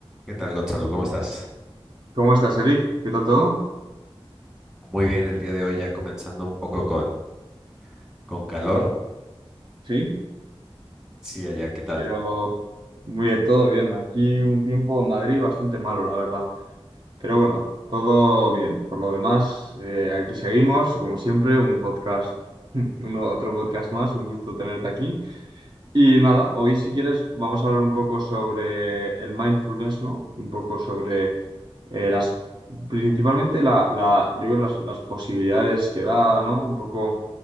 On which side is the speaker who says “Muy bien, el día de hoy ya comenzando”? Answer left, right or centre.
Centre